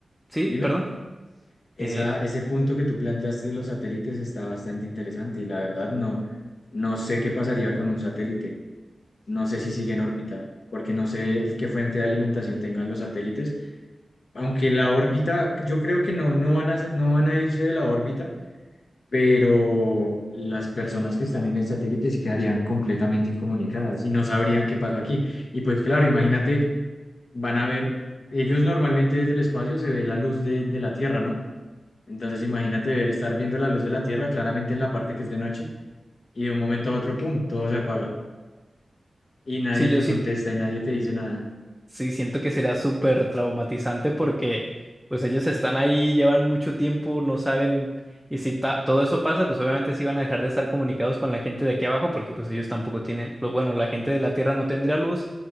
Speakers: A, in the centre; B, on the left.
A: sí,
B: dime,
A: perdón,
B: esa,
A: eh,
B: ese punto que tú planteaste de los satélites está bastante interesante y la verdad no, no sé qué pasaría con un satélite. No sé si sigue en órbita, porque no sé el qué fuente de alimentación tengan los satélites. Aunque la órbita, yo creo que no, no van a, ser- no van a irse de la órbita, pero las personas que están en el satélite sí quedarían completamente incomunicadas y no sabrían qué pasó aquí. Y pues claro, imagínate, van a ver, ellos normalmente desde el espacio se ve la luz de, de la Tierra, ¿no? Entonces imagínate ver, estar viendo la luz de la Tierra claramente en la parte que es de noche y de un momento a otro, ¡pum!, todo se apaga y nadie
A: sí, yo
B: te
A: sí.
B: contesta y nadie te dice nada.
A: Sí, siento que será súper traumatizante porque pues ellos están ahí, llevan mucho tiempo, no saben, y si ta- todo eso pasa, pues obviamente sí van a dejar de estar comunicados con la gente de aquí abajo porque pues ellos tampoco tienen, lo, bueno, la gente de la Tierra no tendría luz,